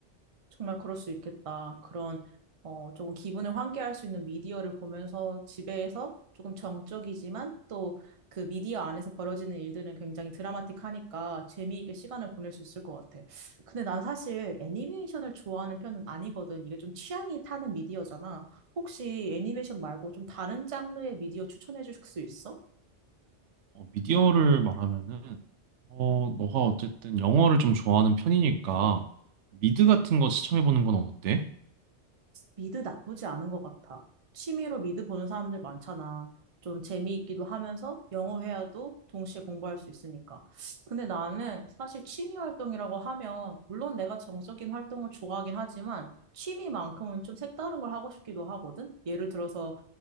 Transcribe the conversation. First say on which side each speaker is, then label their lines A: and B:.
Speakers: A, on the right; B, on the right.
A: 정말 그럴 수 있겠다. 그런, 어, 조금 기분을 환기할 수 있는 미디어를 보면서 집에서 조금 정적이지만 또 그 미디어 안에서 벌어지는 일들은 굉장히 드라마틱하니까 재미있게 시간을 보낼 수 있을 것 같아. 근데 난 사실 애니메이션을 좋아하는 편은 아니거든. 이게 좀 취향이 타는 미디어잖아. 혹시 애니메이션 말고 좀 다른 장르의 미디어 추천해 줄 수 있어?
B: 어, 미디어를 말하면은 어, 너가 어쨌든 영어를 좀 좋아하는 편이니까 미드 같은 거 시청해보는 건 어때?
A: 미드 나쁘지 않은 것 같아. 취미로 미드 보는 사람들 많잖아. 좀 재미있기도 하면서 영어 회화도 동시에 공부할 수 있으니까. 근데 나는 사실 취미 활동이라고 하면, 물론 내가 정적인 활동을 좋아하긴 하지만, 취미만큼은 좀 색다른 걸 하고 싶기도 하거든? 예를 들어서